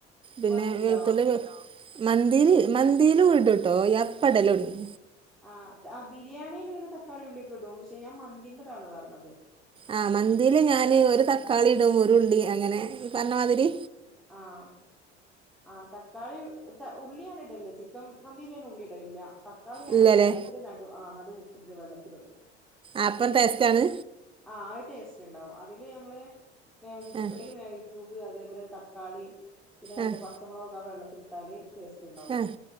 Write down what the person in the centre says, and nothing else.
മന്തിയിലോ
ആഹ് ആ ബിരിയാണിൽ പിങ്ങനെ തക്കാളി ഉള്ളി കട പക്ഷെ ഞാൻ മന്തിറതാണ് പറഞ്ഞത്
ആഹ ആ തക്കാളി ഉള്ളിയൻ ഇടലില്ല ചിക്കൻ മന്തിയിനിൻ ഉള്ളിടലില്ല തക്കാളി ഞാനങ്ങനെള്ളത്തിൽ
നടു ആ നടു വച്ചിട്ട് വെള്ളത്തിലിടും
ആ ആ ഒരു ടേസ്റ്റ് ഉണ്ടാവും അതില് ഞമ്മള് മക്ക്
ഒരു മേഗിക്ക അതേപോലെ തക്കാളി പിന്നെ രണ്ട
പച്ചമുളകൊക്കെ ആ വെള്ളത്തിട്ടാല് ടേസ്റ്റ് ഉണ്ടാവും